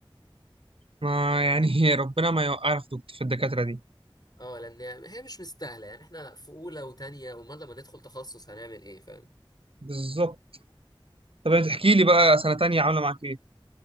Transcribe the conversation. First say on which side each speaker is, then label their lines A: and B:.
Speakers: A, on the right (about 85°); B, on the left (about 50°).
A: ما يعني <laughs> هي ربنا ما يوقعنا في دكت- في الدكاترة دي
B: اه لان هي مش مستاهله يعني احنا في اولى وتانية امال لما ندخل تخصص هنعمل ايه فاهم؟
A: بالظبط طب تحكي لي بقى سنة تانية عاملة معاك ايه؟